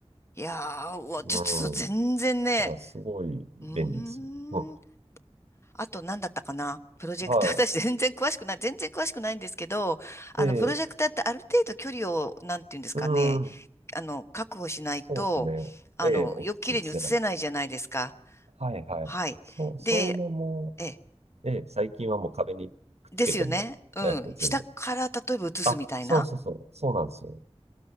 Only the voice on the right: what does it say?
うん。
だからすごい便利ですよ。
<laughs> うん
は
い。ええ、
うん。
そうですね。
ええ、大きく映せない。
はいはい。
そう、そういうのも、
ええ、最近はもう壁にくっつけても、
ええ、映るの。
あ、そうそうそう、そうなんですよ。